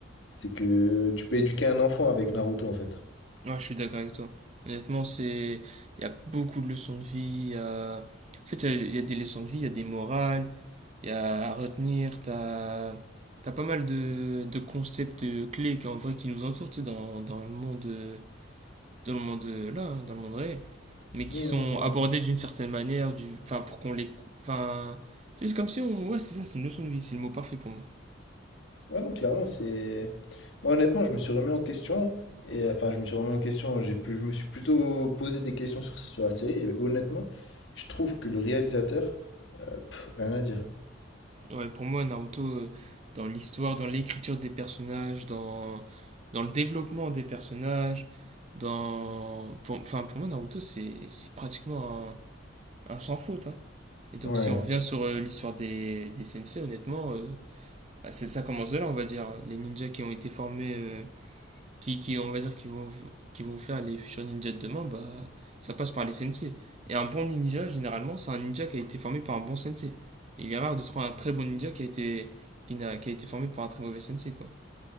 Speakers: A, on the left (about 65°); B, on the right (about 30°).
A: C'est que tu peux éduquer un enfant avec Naruto, en fait.
B: Ouais, je suis d'accord avec toi. Honnêtement, c'est... Il y a beaucoup de leçons de vie. il y a- En fait, il y a il y a des leçons de vie, il y a des morales, il y a à retenir. T'as... T'as pas mal de, de concepts clés qui, en vrai, qui nous entourent, tu sais, dans, dans le monde, euh, dans le monde euh, là, hein, dans le monde réel, mais qui
A: Mmh.
B: sont abordés d'une certaine manière, du, enfin, pour qu'on les, cou- enfin, tu sais, c'est comme si on, ouais, c'est ça, c'est une leçon de vie, c'est le mot parfait pour moi.
A: Ouais, non, clairement, c'est. Moi, honnêtement, je me suis remis en question. Et enfin, je me suis remis en question. J'ai plus, je me suis plutôt posé des questions sur, sur la série. Et honnêtement, je trouve que le réalisateur, euh, pff, rien à dire.
B: Ouais, pour moi, Naruto, euh, dans l'histoire, dans l'écriture des personnages, dans, dans le développement des personnages, dans... Pour, enfin, pour moi, Naruto, c'est c'est pratiquement un, un sans faute. hein. Et donc,
A: Ouais,
B: si on revient sur euh, l'histoire des, des sensei, honnêtement, euh, bah, c'est ça commence de là, on va dire. hein. Les ninjas qui ont été formés euh, qui, qui, on va dire, qui vont, qui vont faire les futurs ninjas de demain, bah, ça passe par les sensei. Et un bon ninja, généralement, c'est un ninja qui a été formé par un bon sensei. Il est rare de trouver un très bon ninja qui a été, qui n'a, qui a été formé par un très mauvais sensei, quoi.